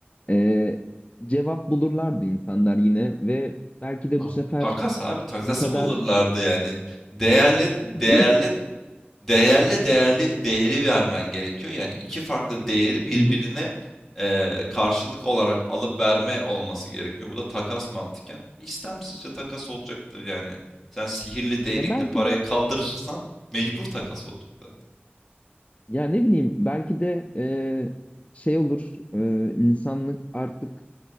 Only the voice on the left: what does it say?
e, cevap bulurlardı insanlar yine ve belki de
bu sefer
bu kadar
<laughs>
yok
Hı hı.
ya belki
de
ya ne bileyim belki de e, şey olur e, insanlık artık